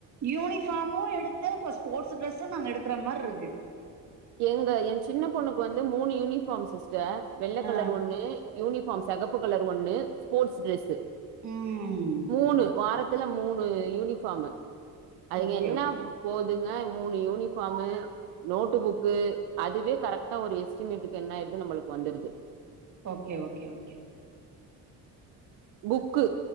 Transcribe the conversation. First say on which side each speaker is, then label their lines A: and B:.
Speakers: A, on the right (about 45°); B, on the right (about 85°).
A: யூனிஃபார்மு எடுத்து இப்ப ஸ்போர்ட்ஸ் ட்ரெஸ்ஸு நாங்க எடுக்கற மார்ருக்கு
B: எங்க எ சின்ன பொண்ணுக்கு வந்து மூணு யூனிஃபார்ம் சிஸ்டர் வெள்ள
A: ஆ
B: கலர் ஒண்ணு யூனிஃபார்ம் செகப்பு கலர் ஒண்ணு ஸ்போர்ட்ஸ் டிரெஸ்ஸு
A: ம்
B: மூணு வாரத்துல மூணு யூனிஃபார்மு அதுங்க
A: ஓகே
B: என்ன
A: ஓகே
B: போதுங்க மூணு யூனிஃபார்மு நோட்டு புக் கு அதுவே கரெக்டா ஒரு எஸ்டிமேட்டுக்கு என்ன ஆயிருது நம்மளுக்கு வந்துடுது
A: okay okay okay.
B: Book